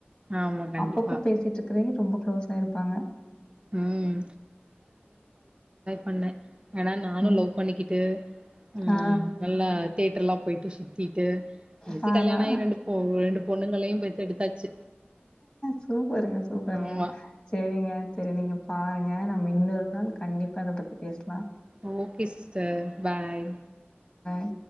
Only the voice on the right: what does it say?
ஆமா கண்டிப்பா
ம் பண்ணு ஆனா நானும்
லவ் பண்ணிக்கிட்டு ம்
நல்லா தேட்டர்லா போயிட்டு சுத்தி கே கடைசி
கல்யாணஆயி ரெண்டு போ ரெண்டு பொண்ணுகளையு பெத்தெடுத்தாச்சு
ஆமா
ஓகே சிஸ்டர் பாய்